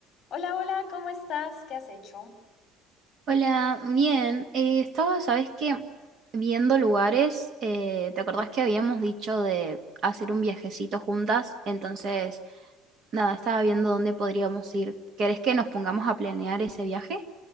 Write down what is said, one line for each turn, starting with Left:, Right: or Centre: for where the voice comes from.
Left: Hola, hola, ¿cómo estás? ¿Qué has hecho?
Right: Hola, bien. Eh, estaba, ¿sabes qué? Viendo lugares. eh, ¿te acordás que habíamos dicho de hacer un viajecito juntas? Entonces, nada, estaba viendo dónde podríamos ir. ¿Querés que nos pongamos a planear ese viaje?